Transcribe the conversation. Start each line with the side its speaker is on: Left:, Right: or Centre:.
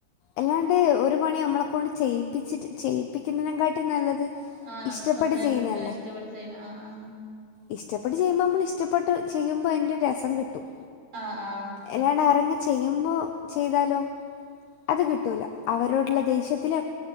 Left: അല്ലാണ്ട് ഒരു പണി നമ്മളെ കൊണ്ട് ചെയ്യിപ്പിച്ചിട്ട് ചെയ്യിപ്പിക്കുന്നതിനെ കാട്ടി നല്ലത്
Right: ആ നമ്മൾ
Left: ഇഷ്ടപ്പെട്ട്
Right: സ്വന്തായിട്ട്
Left: ചെയ്യുന്നതല്ലേ
Right: എടുക്കാ ഇഷ്ടപ്പെട്ട് ചെയ്യണ ആ ആ
Left: ഇഷ്ടപ്പെട്ട് ചെയ്യുമ്പോ നമ്മൾ ഇഷ്ടപ്പെട്ട് ചെയ്യുമ്പോ ആയിൻ്റോരുരസം കിട്ടും
Right: ആ ആ
Left: അല്ലാണ്ട് ആരെങ്ങും ചെയ്യുമ്പോ ചെയ്താലോ അത് കിട്ടൂല അവരോടുള്ള ദേശ്യത്തില